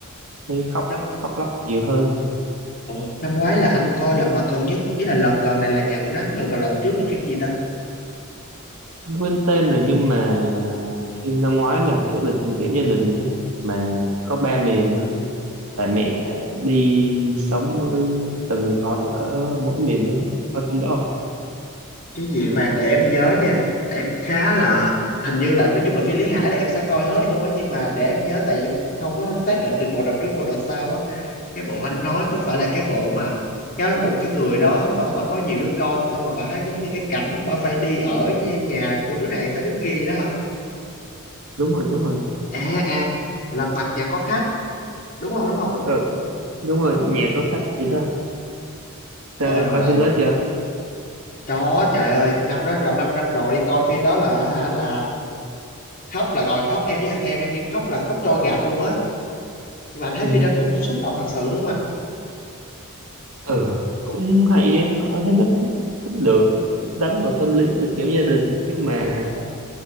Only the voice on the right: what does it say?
thấy khóc,
khóc lóc nhiều hơn.
anh quên tên rồi nhưng mà phim năm ngoái là kiểu về tình cảm gia đình đó, mà có ba miền thôi. bà mẹ đi sống với từng người con ở mỗi miền đó. Em coi phim đó không
đúng rồi đúng rồi
ừ, đúng rồi nhà có khách chị đó sao
em
coi phim đó chưa
ừ,
ừ cũng hay á. anh thấy nó cũng cũng được á. cũng đánh vào tâm lý tình cảm gia đình nhưng mà